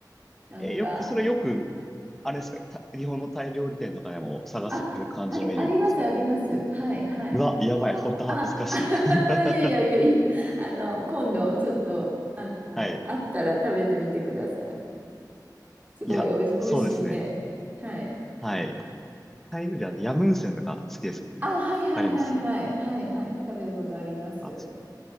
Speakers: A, on the right; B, in the centre.
A: なんか、
B: え、よく、それよく、あれですか、た日本のタイ料理店とかでも探せる感じのメニューなんですか
A: あ、あり、あります、あります。はい、はい。
B: うわ、やばい。
A: こ、
B: ほんと恥ずかしい。
A: あ、<laughs>
B: <laughs>
A: いやいやいやいや、あの、今度、ちょっと、あの、
B: はい。
A: あったら食べてみてください。すごいおいし、
B: いや、
A: おいしいんで。
B: そうですね。
A: はい。
B: はい。タイ料理は、ヤムウンセンとか好きですけどね。
A: あ、はいはいはいはい。
B: わかります
A: はいはい。食べたことあります。
B: あ、ち